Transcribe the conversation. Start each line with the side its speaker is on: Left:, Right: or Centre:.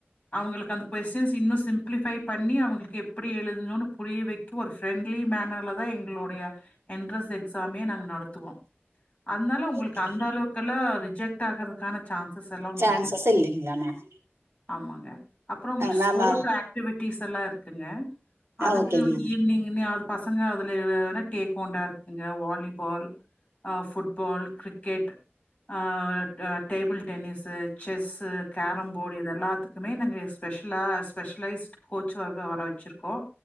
Left: அவங்களுக்கு அந்த கொஸ்டின்ஸ் இன்னு சிம்ப்ளிஃபை பண்ணி அவங்களுக்கு எப்டி எழுதுணுனு புரிய வெக் புவர் ஃப்ரெண்ட்லி மேனர்ல தா எங்களுடைய என்ட்ரன்ஸ் எக்ஸாமே நாங்க நடத்துவோ அதனால உங்களுக்கு
Right: ஓகே
Left: அந்த அளவுக்குல்லா ரிஜெக்ட் ஆகுறதுக்கான சான்சஸ் எல்லா உங்களுக்கு
Right: சான்சஸ்
Left: இருக்கு
Right: இல்லைங்களா மேம்
Left: ஆமாங்க அப்புறோ உங்களுக்கு
Right: மேம்
Left: ஸ்போர்ட்ஸ் ஆக்டிவிட்டிஸ் எல்லா இருக்குங்க அதுக்கு
Right: ஓகேங்க மேம்
Left: ஈவினிங்கினே ஆகு பசங்க அதுல வேணா டேக்ஃபாண்டா இருக்குங்க வாலிபால் ஆ ஃபுட்பால் கிரிக்கெட் ஆ அ டேபிள் டென்னிஸு செஸ்ஸு கேரம்போர்டு இத எல்லாத்து துமே நாங்க ஸ்பெஷலா ஸ்பெஷலைஸ்ட் கோச் வ வர வச்சிருக்கோ